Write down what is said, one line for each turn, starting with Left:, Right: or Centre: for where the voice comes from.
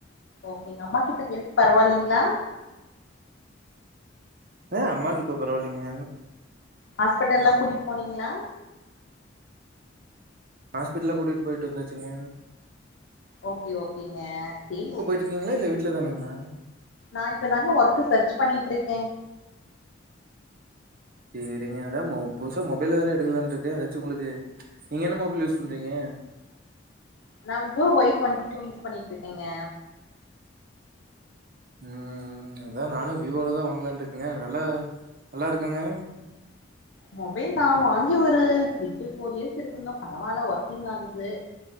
Left: ஓகேங்க அம்மாகிப்ப ஹெல்த் பரவால்லிங்ளா
Right: ஆ அம்மாக்கு இப்போ பரவால்லைங்க
Left: ஹாஸ்பிட்டல்லா கூட்டிட் போனீங்ளா
Right: ஹாஸ்பிடல்லா கூட்டிட்டு போய்ட்டு வந்தாச்சுங்க
Left: ஓகே ஓகேங்க தெரியு
Right: வெளியங்களா இல்ல வீட்ல தானுங்ளா
Left: நா இப்பதாங்க ஒர்க்கு சர்ச் பண்ணிட்டு இருக்கே
Right: செரிங்க அதா புதுசா மொபைல் வேற எடுக்கலான்ருக்கே எதாச்சு உங்களுக்கு நீங்க என்ன மொபைல் யூஸ் பண்றீங்க
Left: நா இப்போ ஒய் டு்வெண்டி டூ யூஸ் பண்ணிட்டு இருக்கேங்க
Right: ம் அதா நானு விவோல தா வாங்கலான் இருக்கங்க அதனால நல்லாருக்காங்க
Left: மொபைல் நா வாங்கி ஒரு த்ரீ டு ஃபோர் இயர்ஸ் இருக்குங்க பரவால்ல ஒர்க்கிங் ஆகுது